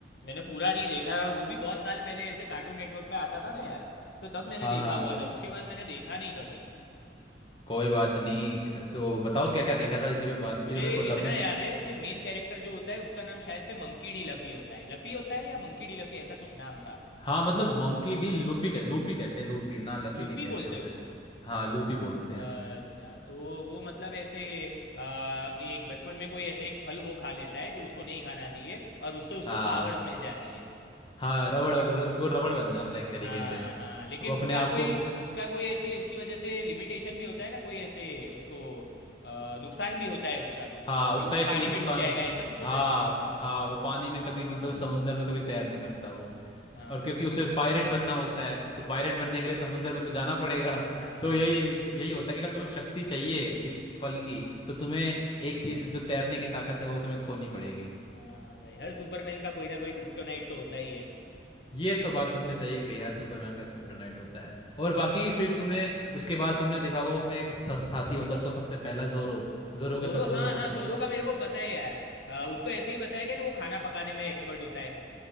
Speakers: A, on the left; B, on the left.
A: मैंने पूरा नहीं देखा है और वो भी बहुत साल पहले ऐसे कार्टून नेटवर्क पे आता था ना यार तो तब मैंने
B: हाँ
A: देखा
B: हाँ
A: हुआ था उसके बाद मैंने देखा नहीं कभी
B: कोई बात नहीं तो बताओ क्या क्या देखा था इसी पे बात
A: मुझे
B: इसी पे मेरे को लग...
A: इतना याद है कि मेन कैरेक्टर जो होता है उसका नाम शायद से मंकी डी लफी होता है लफी होता है या मंकी डी लफी ऐसा कुछ नाम था
B: हाँ मतलब मोंकी डी लूफी कह लूफी कहते हैं लूफी ना लफी
A: लूफी
B: नहीं कहते
A: बोलते
B: उसे
A: हैं उसको
B: हाँ लूफी बोलते
A: अच्छा
B: हैं
A: तो वो मतलब ऐसे अ, एक बचपन में कोई ऐसे एक फल वो खा लेता है जो उसको नहीं खाना चाहिए और उससे उसको
B: हाँ
A: पावर्स मिल जाती है
B: हाँ रबड़ र, कि वो रबड़ बन जाता है एक तरीके
A: हाँ
B: से
A: हाँ लेकिन
B: वो
A: उसका
B: अपने आप
A: कोई
B: को
A: उसका कोई ऐसे उसकी वजह से लिमिटेशन भी होता है ना कोई ऐसे उसको अ, नुकसान भी होता है उसका कुछ
B: हाँ
A: कि
B: उसका
A: वो
B: एक
A: पानी
B: ये नुकसान
A: में डूब जाएगा
B: होता
A: ऐसा कुछ
B: हाँ
A: होता है ना
B: हाँ वो पानी में कभी मतलब समुंदर में कभी तैर नहीं सकता वो
A: हाँ
B: और क्योंकि उसे पायरेट बनना होता है तो पायरेट बनने के लिए समुंदर में तो जाना पड़ेगा
A: हाँ
B: <laughs> तो यही यही होता है कि अगर तुम्हें शक्ति चाहिए इस फल की तो तुम्हें एक चीज़ जो तैरने की ताकत है वो तुम्हें खोनी पड़ेगी
A: हाँ भाई हर सुपरमैन का कोई ना कोई क्रिप्टोनाइट तो होता ही है
B: ये तो बात तुमने सही कही हर सुपरमैन का क्रिप्टोनाइट होता है और बाकी
A: हम्म,
B: फिर तुमने उसके बाद तुमने देखा होगा वो अपने एक सा, साथी होता है उसका सबसे पहला जोरो जोरो के
A: जोरो
B: साथ जोरो
A: हाँ
B: को
A: हाँ
B: मिल
A: जोरो का मेरे को पता है यार आ, उसको ऐसे ही बताया गया ना वो खाना पकाने में एक्सपर्ट होता है